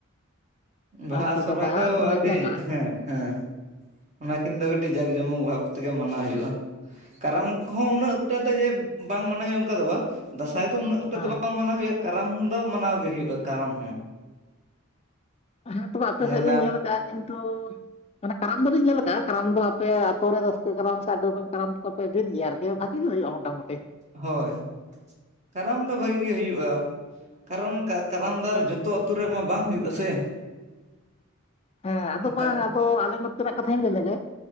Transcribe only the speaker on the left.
ᱟᱪᱪᱷᱟ
ᱟᱪᱪᱷᱟ ᱵᱟᱦᱟ
ᱥᱚᱨᱦᱟᱭ
ᱯᱮ ᱮᱢᱟᱜᱼᱟ
ᱦᱮᱸ
ᱦᱮᱸ, ᱛᱚᱵᱮ ᱟᱯᱮ
ᱥᱮᱜ ᱞᱤᱧ ᱧᱮᱞ ᱠᱟᱜᱼᱟ ᱠᱤᱱᱛᱩ ᱢᱟᱱᱮ 'ᱠᱟᱨᱟᱢ' ᱫᱚᱞᱤᱧ ᱧᱮᱞ ᱠᱟᱜᱼᱟ 'ᱠᱟᱨᱟᱢ' ᱫᱚ ᱟᱯᱮ ᱟᱛᱳ ᱨᱮ ᱨᱟᱹᱥᱠᱟᱹ 'ᱠᱟᱨᱟᱢ' ᱥᱮ ᱟᱹᱰᱤ ᱨᱚᱠᱚᱢ 'ᱠᱟᱨᱟᱢ' ᱠᱚᱯᱮ ᱵᱷᱤᱫᱽ ᱜᱮᱭᱟ ᱟᱨᱠᱤ? ᱤᱭᱟᱹ ᱵᱷᱟᱹᱜᱤ ᱜᱮ ᱦᱩᱭᱩᱜᱼᱟ ᱢᱚᱴᱟ-ᱢᱩᱴᱤ?
ᱦᱮᱸ, ᱟᱫᱚ
ᱵᱟᱸ ᱟᱫᱚ ᱟᱞᱮ ᱱᱚᱛᱮᱱᱟᱜ ᱠᱟᱛᱷᱟᱹᱧ ᱞᱟᱹᱭ ᱞᱮᱜᱮ᱾